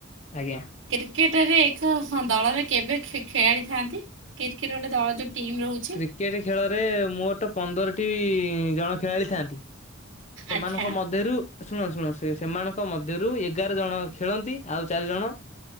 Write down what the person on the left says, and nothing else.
ଆଜ୍ଞା।
କ୍ରିକେଟ ଖେଳରେ ମୋଟ ପନ୍ଦରଟି ଜଣ ଖେଳାଳି ଥାଆନ୍ତି। ସେମାନଙ୍କ
ମଧ୍ୟରୁ ଆଉ ଶୁଣ ଶୁଣ ସେ ସେମାନଙ୍କ ମଧ୍ୟରୁ ଏଗାର ଜଣ ଖେଳନ୍ତି ଆଉ ଚାରିଜଣ